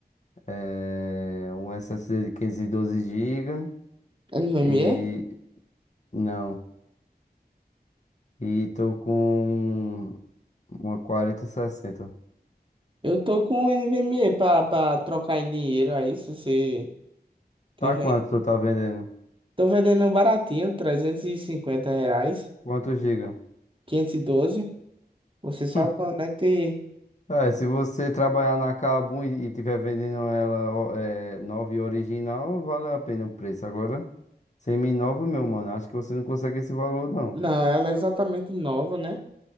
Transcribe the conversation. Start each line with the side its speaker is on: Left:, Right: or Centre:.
Left: eh, um SSD de 512 GB
Right: NVMe?
Left: e... não. E tô com uma 4060.
Right: Eu tô com NVMe pra, pra trocar em dinheiro aí, se você tiver.
Left: Tá quanto tu tá vendendo?
Right: Tô vendendo um baratinho, 350 reais,
Left: quantos giga?
Right: quinhentos e doze Você só
Left: <laughs>
Right: conecta e.
Left: É, se você trabalhar na Kabum e, e tiver vendendo ela ó, é, nova e original, vale a pena o preço. Agora, semi-nova, meu mano, acho que você não consegue esse valor, não.
Right: Não, ela é exatamente nova, né?